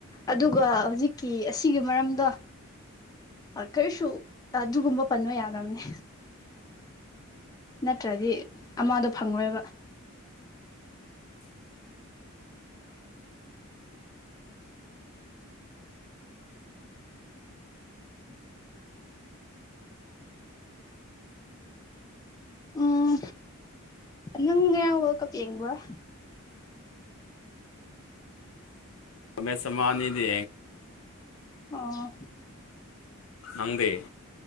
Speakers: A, on the left; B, on the left.
A: ꯑꯗꯨꯒ ꯍꯧꯖꯤꯛꯀꯤ ꯑꯁꯤꯒꯤ ꯃꯔꯝꯗꯣ ꯀꯔꯤꯁꯨ ꯑꯗꯨꯒꯨꯝꯕ ꯄꯟꯕ ꯌꯥꯗꯕꯅꯦ ꯅꯠꯇ꯭ꯔꯗꯤ ꯑꯃꯗꯣ ꯐꯪꯉꯣꯏꯕ ꯎꯝ ꯅꯪ ꯉꯔ ꯋꯥꯔꯜ ꯀꯞ ꯌꯦꯡꯕ꯭ꯔ
B: ꯃ ꯁꯃꯥꯟꯗꯤꯅꯤ
A: ꯑꯥ
B: ꯅꯪꯗꯦ